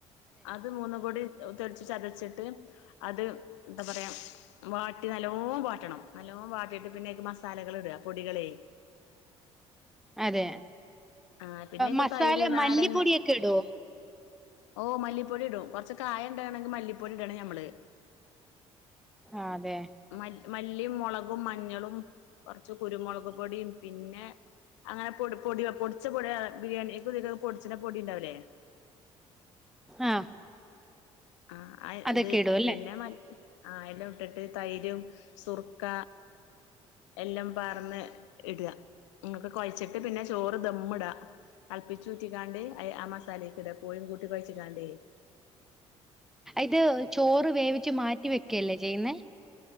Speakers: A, on the left; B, in the centre.
A: അത് മൂന്നുകൂടി തൊടിച്ച് ചതച്ചിട്ട് അത് എന്താ പറയാ വാട്ടി നല്ലോ വാട്ടണം നല്ലോ വാട്ടിയിട്ട് പിന്നെക്ക് മസാലകൾ ഇടുക പൊടികളെ
B: അതെ
A: ആ പിന്നേക്ക്
B: മസാല
A: തൈര് നാരങ്ങ
B: മല്ലിപ്പൊടിയൊക്കെ ഇടുവോ
A: ഓ മല്ലിപ്പൊടിഇടും കുറച്ച് കായം ഉണ്ടണമെങ്ക മല്ലപ്പൊടി ഇടണം ഞമ്മള്
B: ആഹ് അതെ
A: മല്ലി മല്ലിം മൊളകും മഞ്ഞളും കൊറച്ച് കുരുമൊളക് പൊടിയും പിന്നെ അങ്ങനെ പൊട പൊടിച്ച പൊട ബിരിയാണിക്കും ഇതിക്കും പൊടിച്ച പൊടി ഇണ്ടാവൂല്ലേ
B: ആഹ്
A: ആഹ്
B: അതൊക്കെ
A: ഇത്
B: ഇടും അല്ലേ
A: പിന്നെ ആ എല്ലാം ഇട്ടിട്ട് തൈരും സുർക്ക എല്ലാം പർന്ന് ഇടാ ഇങ്ങൾക്ക് കൊഴച്ചിട്ട് പിന്നെ ചോറ് ദമ്മിടാ തൾപ്പിച്ചൂറ്റിക്കാണ്ട് അയ് ആഹ് മസാലേക്കിടാ കോഴും കൂട്ടി കൊയ്ച്ചിക്കാണ്ടേ
B: ഇത് ചോറ് വേവിച്ച് മാറ്റി വെക്കല്ലേ ചെയ്യുന്നേ